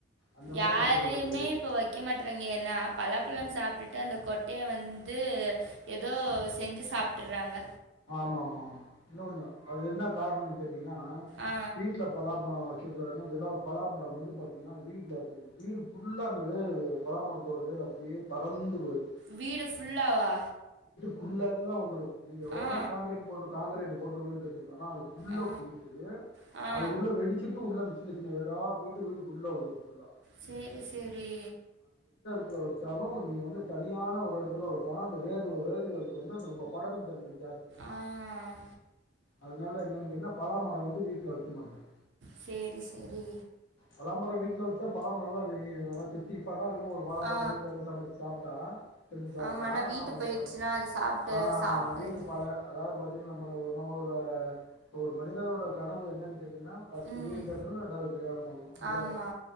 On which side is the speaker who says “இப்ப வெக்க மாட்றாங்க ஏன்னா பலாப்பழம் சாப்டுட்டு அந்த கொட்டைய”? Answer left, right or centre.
Right